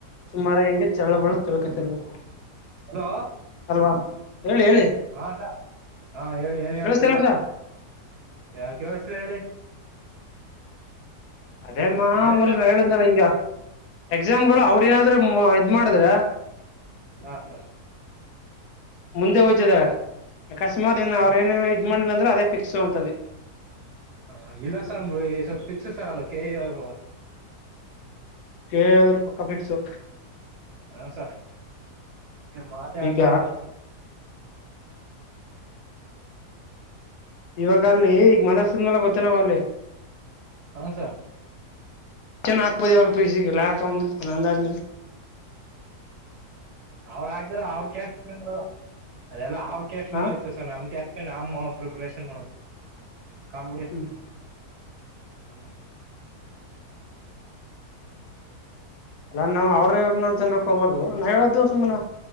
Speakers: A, on the left; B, on the right.
A: ಸುಮಾರ ಹೆಂಗ ಚಲ್ಲಬಲ್ಲ ಚಾಲ್ಕೋತಿರ್ಬೇಕು.
B: ಹಲೋ
A: ಅಲ್ವಾ? ಹೇಳಿ ಹೇಳಿ
B: ಹಾ ಸ ಹಾ ಹೇಳಿ ಏನ್ ಹೇಳ್ತಿರಲ್ಲ.
A: ಕೇಳಸ್ತಿಲ್ಲ ಸ
B: ಯಾ <unintelligible> ಹೇಳಿ.
A: ಅದೇ ಮಾಮೂಲಿನ
B: ಹೇಳಿ ಸರ್
A: ಹೇಳಿದನ್ಲ ಹಿಂಗ. ಎಕ್ಸಾಮ್ಗಳು
B: ಹ
A: ಅವ್ರ ಏನಾದ್ರು ಇದ್ ಮಾಡಿದ್ರ
B: ಹಾ ಸರ್.
A: ಮುಂದೆ ಒಯ್ತಿದವೆ ಅಕಶಮಾತ್ ಏ ಅವ್ರ
B: ಹ
A: ಏನೇ. ಇದ ಮಂಡ ಅಂದ್ರೆ ಅದೇ ಫಿಕ್ಸ್ ಅಂತಧೀ.
B: ಹಾ ಇಲ್ಲಸ ಸ್ವಲ್ಪ ಫಿಕ್ಸ್ ಸಾ ಅದಕ್ಕೆ. <unintelligible>
A: ಕೆ ಎ ದೌರ್ಗ ಪಕ್ಕ ಫಿಕ್ಸು.
B: ಹಾ ಸರ್ ಮಾತ ಆಡ್ಬೇಡಿ
A: ಈಗ
B: ಸರ್.
A: ಇವಾಗ ಅಲ್ಲಿ ಈಗ ಮಾತಾಡ್ಸದಿಲ್ಲ ಗೊತ್ತ ನಾವ್ ಅಲ್ಲಿ.
B: ಹಾ ಸರ್.
A: ಚೆನ್ನ ಹಾಕ್ಬೋದು ಇವಾಗ ಪೀಸಿಗೆಲ್ಲ ಹಾಕ ಒಂದು ಅದ ಅಂದಾಜ್ಮೇಲಾ.
B: ಅವ್ರ ಹಾದಾರ ಅವ್ರ <unintelligible> ಅದೆಲ್ಲ ಅವ್ರ <unintelligible> ಮೇಲೆ
A: ಹಾ
B: ಆಯ್ತು ಸರ್ ನಮ ಕ್ಯಾ ನಮ್ಮ ಪ್ರಿಪರೇಷನ್ ಮಾಡ್ಬೇಕ ಕಾಂಪಿಟೇಷನ್
A: ಹ್ಮ್
B: ಮಾಡು. ಹ್ಮ.
A: ಅಲ್ಲಾ ನಾವು ಅವ್ರನೇವ್ರನ ಅಂತ ನಕ ಹೋಬಾರ್ದು ನಾ ಹೇಳೋದಿವು ಸುಮ್ನ.